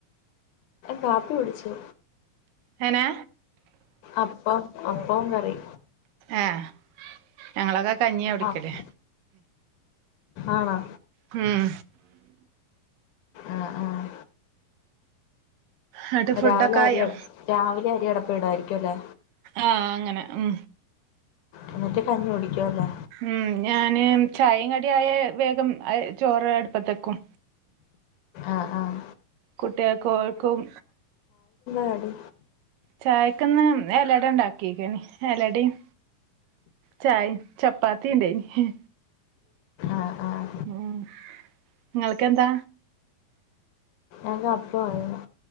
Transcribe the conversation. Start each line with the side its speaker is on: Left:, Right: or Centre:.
Left: കാപ്പി കുടിച്ചു
Right: ഹനാ
Left: അപ്പം അപ്പും കറി
Right: ആഹ ഞങ്ങളൊക്കെ കഞ്ഞിയ കു ടിക്കലേ
Left: ആഹ് ആണോ
Right: ഹം
Left: ആ ആഹ
Right: ന്നട്ട് ഫുഡൊക്കെ
Left: രാവിലെ
Right: ആയോ
Left: അരിയ രാവിലെ അരിയടപ്പ ഇടമായിരിക്കും അല്ലേ
Right: ആ അങ്ങനെ ഉം
Left: എന്നിട്ട് കഞ്ഞി കുടിക്കുവല്ലേ
Right: ഉം ഞാന് ചായയും കടി ആയ വേഗം ചോറ് അടുപ്പത്തേക്കും
Left: ആഹ ആഹ
Right: കുട്ടികൾക് ഓൽകും
Left: കടി
Right: ചായക്കന്ന് ഇലട ഉണ്ടാക്കിക്കനി ഇലടയും ചായ ചപ്പാത്തി ഉണ്ടായിനി
Left: ആഹ ആഹ
Right: ഉം നിങ്ങൾക്ക് എന്താ
Left: എക്ക് അപ്പമായിരുന്നു